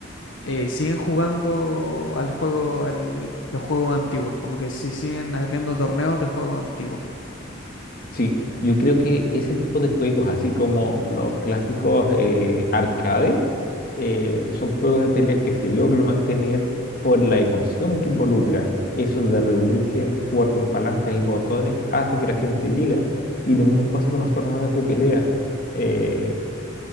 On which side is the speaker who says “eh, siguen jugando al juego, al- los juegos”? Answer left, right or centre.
Left